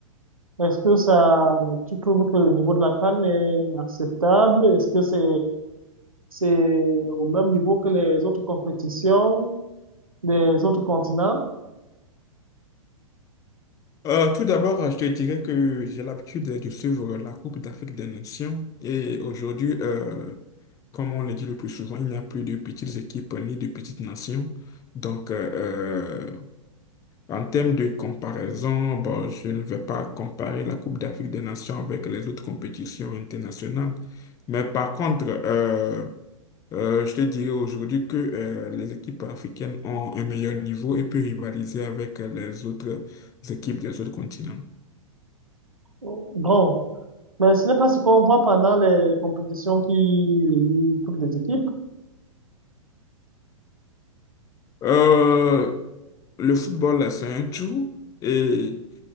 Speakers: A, on the right (about 80°); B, on the left (about 20°).
A: Est-ce que ça, tu trouves que le niveau de la CAN est acceptable? Est-ce que c'est, c'est au même niveau que les autres compétitions des autres continents?
B: Euh, tout d'abord, je te dirais que j'ai l'habitude de suivre la Coupe d'Afrique des Nations et aujourd'hui, euh, comme on le dit le plus souvent, il n'y a plus de petites équipes ni de petites nations. Donc, euh, euh, en termes de comparaison, bon, je ne vais pas comparer la Coupe d'Afrique des Nations avec les autres compétitions internationales. Mais par contre, euh, euh, je te dirais aujourd'hui que euh, les équipes africaines ont un meilleur niveau et peuvent rivaliser avec les autres équipes des autres continents.
A: Bon, mais ce n'est pas ce qu'on voit pendant les compétitions qui réunissent toutes les équipes.
B: Euh, le football, là, c'est un tout et